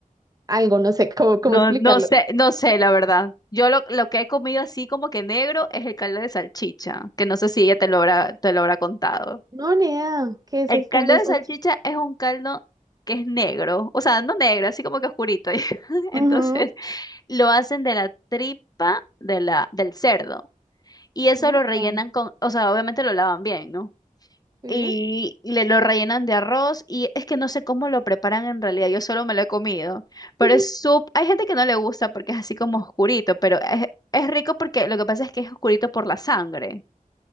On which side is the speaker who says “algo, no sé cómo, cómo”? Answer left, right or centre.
Right